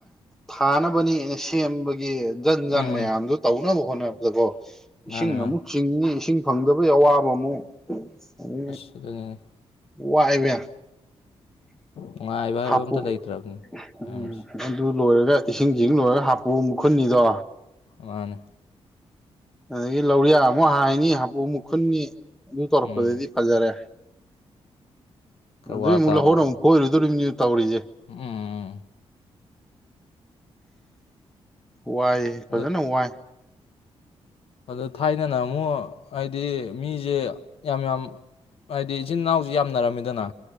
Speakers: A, in the centre; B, on the left.
A: ꯊꯥꯅꯕ <unintelligible> ꯁꯦꯝꯕꯒꯤ ꯖꯟ
B: ꯎꯝ
A: ꯖꯥꯟ ꯃꯌꯥꯝꯗꯨ
B: ꯎꯝ
A: ꯇꯧꯅꯕ ꯍꯣꯠꯅꯕꯗꯀꯣ ꯏꯁꯤꯡ
B: ꯃꯥꯅꯦ ꯃꯥꯅꯦ
A: ꯑꯃꯨꯛ ꯆꯤꯡꯅꯤ ꯏꯁꯤꯡ ꯐꯪꯗꯕꯩ ꯑꯋꯥꯕ ꯑꯃꯨꯛ ꯑꯗꯒꯤ
B: ꯑꯁ ꯑꯗꯨꯅꯤꯅꯦ꯫
A: ꯋꯥꯏꯕ ꯌꯥꯝ꯫
B: ꯅꯨꯡꯉꯥꯏꯕ ꯍꯥꯏꯕ
A: ꯍꯥꯄꯨ
B: ꯑꯝꯇ ꯂꯩꯇ꯭ꯔꯕꯅꯤ
A: ꯎꯝ
B: ꯃꯌꯥꯝꯁꯦ
A: ꯑꯗꯨ ꯂꯣꯏꯔꯒ ꯏꯁꯤꯡ ꯆꯤꯡ ꯂꯣꯏꯔꯒ ꯍꯥꯞꯄꯨ ꯑꯃꯨꯛ ꯈꯨꯟꯅꯤꯗꯣ꯫
B: ꯃꯥꯅꯤ꯫
A: ꯑꯗꯒꯤ ꯂꯧꯔꯤꯌꯥ ꯑꯃꯨꯛ ꯍꯥꯏꯅꯤ ꯍꯥꯄꯨ ꯑꯃꯨꯛ ꯈꯨꯨꯟꯅꯤ꯫ ꯑꯗꯨ ꯇꯧꯔꯛꯄꯗꯗꯤ
B: ꯎꯝ
A: ꯐꯖꯔꯦ꯫
B: ꯈꯔ
A: ꯑꯗꯨꯗꯩ
B: ꯋꯥ
A: ꯑꯃꯨꯛ
B: ꯇꯥꯔꯦꯅꯦ
A: ꯍꯔꯣꯟ ꯑꯃꯨꯛ ꯐꯣꯢꯔꯨꯗꯧꯔꯤꯃꯤ꯫ ꯇꯧꯔꯤꯖꯦ꯫
B: ꯎꯝ ꯎꯝ ꯎꯝ.
A: ꯋꯥꯏ ꯐꯖꯅ
B: ꯑꯗꯨ
A: ꯋꯥꯏ꯫
B: ꯑꯗ ꯊꯥꯏꯅꯅ ꯑꯃꯨꯛ ꯍꯥꯏꯗꯤ ꯃꯤꯖꯦ ꯌꯥꯝ ꯌꯥꯝ ꯍꯥꯏꯗꯤ ꯏꯆꯤꯟ ꯏꯅꯥꯎꯁꯨ ꯌꯥꯝꯅꯔꯝꯃꯤꯗꯅ